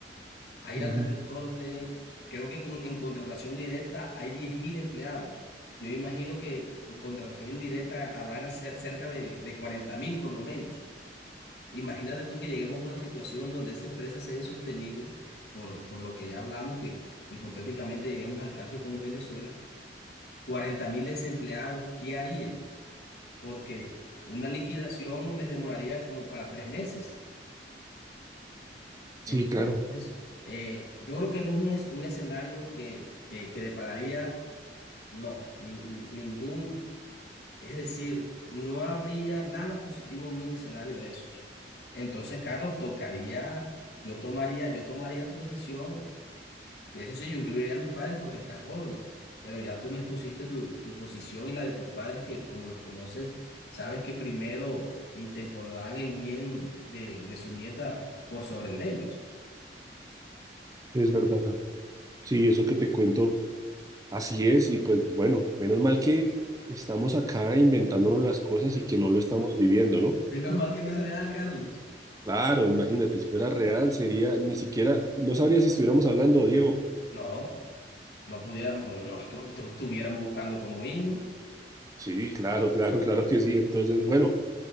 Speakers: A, on the left (about 70°); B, on the right (about 20°).
A: Hay
B: Ujú.
A: alrededor de, creo que con- en contratación directa hay 10.000 empleados. Yo imagino que co- contratación indirecta habrán al cer- cerca de, de 40.000 por lo menos. Imagínate tú que lleguemos a una situación donde esa empresa sea insostenible, por, por lo que ya hablamos, que hipotéticamente lleguemos al caso como Venezuela, 40.000 desempleados, ¿qué harían? porque una liquidación les demoraría como para tres meses. Entonces,
B: Sí, claro,
A: eh, yo creo que no es un, es- un escenario que, que, que depararía, no, ni- ni- ningún, es decir, no habría nada positivo en un escenario de esos. Entonces, Carlos, tocaría, yo tomaría, yo tomaría tu decisión. Que Eso sí, yo incluiría a mis padres porque están jóvenes, pero ya tú me expusiste tu, tu posición y la de tus padres, que como los conoces, sabes que primero intemporarán el bien de, de su nieta por sobre el de ellos.
B: es verdad. Sí, eso que te cuento, así es y pues bueno, menos mal que estamos acá inventándonos las cosas y que no lo estamos viviendo, ¿no?
A: Menos mal que no es real, Carlos.
B: Claro, imagínate, si fuera real sería, ni siquiera, no sabría si estuviéramos hablando, Diego.
A: No, no pudiéramos, no, no, que tú estuviéramos buscando como himno.
B: Sí, claro, claro, claro que sí. Entonces, bueno,